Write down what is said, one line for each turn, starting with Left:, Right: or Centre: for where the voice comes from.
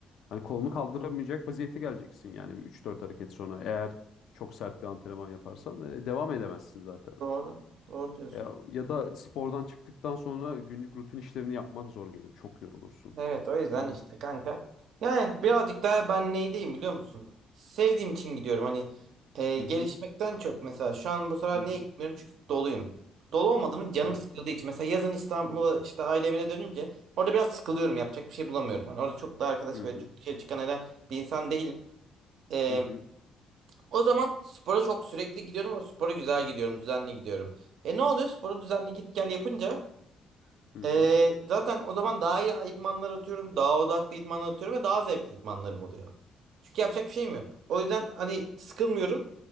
Left: Hani kolunu kaldıramayacak vaziyete geleceksin yani bir 3-4 hareket sonra. Eğer çok sert bir antrenman yaparsan e, devam edemezsin zaten.
Right: Doğru, doğru diyorsun.
Left: Ya, ya da spordan çıktıktan sonra günlük rutin işlerini yapmak zor gelir. Çok yorulursun.
Right: Evet, o yüzden
Left: Anladın
Right: işte
Left: mı?
Right: kanka. Yani birazcık daha ben neydeyim biliyor musun? Sevdiğim için gidiyorum. Hani e,
Left: Hı
Right: gelişmekten
Left: hı.
Right: çok mesela şu an bu sıralar
Left: Hı hı.
Right: niye gitmiyorum? Çünkü doluyum. Dolu olmadığım canım
Left: Evet.
Right: sıkıldığı için. Mesela yazın İstanbul'a işte aile evine dönünce orada biraz sıkılıyorum. Yapacak bir şey bulamıyorum. Hani orada çok da arkadaş
Left: Hı
Right: ve
Left: hı.
Right: çok dışarı çıkan eden bir insan değilim. E,
Left: Hı hı.
Right: O zaman spora çok sürekli gidiyorum ve spora güzel gidiyorum, düzenli gidiyorum. E ne oluyor? Spora düzenli git gel yapınca
Left: Hı
Right: e,
Left: hı.
Right: zaten o zaman daha iyi idmanlar atıyorum, daha odaklı idmanlar atıyorum ve daha zevkli idmanlarım oluyor. Çünkü yapacak bir şeyim yok. O yüzden hani sıkılmıyorum.